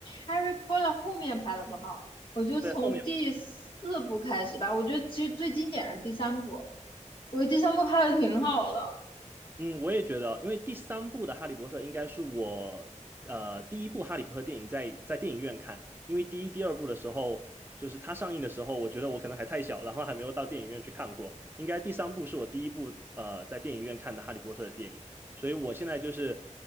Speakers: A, on the left (about 40°); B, on the right (about 15°).
A: 《Harry Potter》后面拍的不好，我觉得从第四部开始吧，
B: 对，后面
A: 我觉得其实最经典的是第三部，我觉得第三部拍的挺好的
B: 嗯，我也觉得，因为第三部的《哈利波特》应该是我呃第一部《哈利波特》电影在在电影院看，因为第一、第二部的时候，就是它上映的时候，我觉得我可能还太小，然后还没有到电影院去看过。应该第三部是我第一部呃在电影院看的《哈利波特》的电影，所以我现在就是，